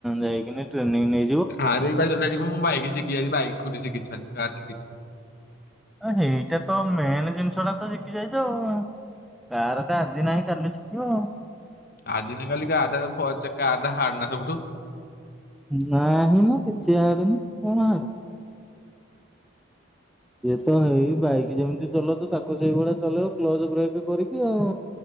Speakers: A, in the centre; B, on the left (about 45°).
A: ଯାଇକିନା ଟ୍ରେନିଂ ନେ
B: ଆଁ <unintelligible> ମୁଁ ବାଇକ ଶିଖିଯାଇଛି ବାଇକ ସ୍କୁଟି ଶିଖିଛନ୍ତି କାର୍ ଶିଖିନି
A: ହଁ ଏଇଟା ତ ମେନ୍ ଜିନିଷଟା ତ ଜିନିଷଟା ତ ଶିଖି ଯାଇଛ ଆଉ କାର ଟା ଆଜି ନାହିଁ କାଲି ଶିଖିବ
B: ଆଜିିନ କାଲିିକା ଆଧାଚ ଆଧା ହାଡ ନା ସବୁଠୁ
A: ନାହିଁ ମ କିଛି ହାର୍ଡ଼ ନୁ କଣ ହାଡେ? ଇଏ ତ ହେଇ ବାଇକ ଯେମିତି ଚଲଉଛ ତାକୁ ସେଇ ଭଳିଆ ଚଳେଇବ କ୍ଲଜ ବ୍ରେକ୍ କରିକି ଆଉ।